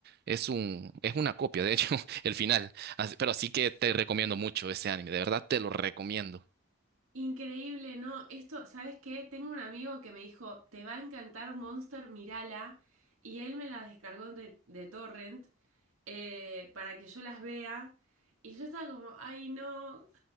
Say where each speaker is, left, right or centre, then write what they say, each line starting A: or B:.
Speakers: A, on the right (about 45°); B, on the right (about 75°).
A: es un, es una copia, de hecho, <laughs> el final. Así- pero sí que te recomiendo mucho ese anime, de verdad te lo recomiendo.
B: increíble, no, esto, ¿sabes qué? Tengo un amigo que me dijo, te va a encantar Monster, mirala, y él me la descargó de, de Torrent eh, para que yo las vea, y yo estaba como, ay, no,